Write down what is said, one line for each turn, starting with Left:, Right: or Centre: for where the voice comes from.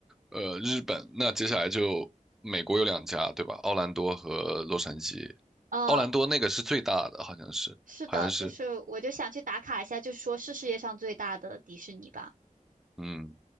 Centre: 呃，日本，那接下来就美国有两家，对吧？奥兰多和洛杉矶。
Right: 嗯，
Centre: 奥兰多那个是最大的，好像是，
Right: 是的，
Centre: 好像是，
Right: 就是我就想去打卡一下，就说是世界上最大的迪士尼吧。
Centre: 嗯，